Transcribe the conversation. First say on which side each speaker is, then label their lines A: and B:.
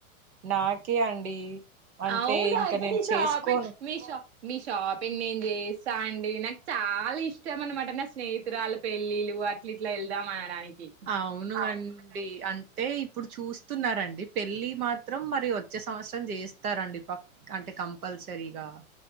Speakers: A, on the right; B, on the right.
A: నాకే అండి అంటే
B: అవునా
A: ఇంకా
B: ఇతనిషాపి
A: నేను చేసుకోను
B: మీషా మీషాప్ ేం చేస్తా అండి నాకు చాలా ఇష్టం అనమాట నా స్నేహితురాలు పెళ్ళిళ్లు అట్లా ఇట్లా వెళ్దాం అనడానికి
A: అవునుగాండి
B: అవునా
A: అంట అయితే ఇప్పుడు చూస్తున్నారండి పెళ్ళి మాత్రం మరి వచ్చే సంవత్సరం చేస్తారండి పక్క అంటే కంపల్సరీగా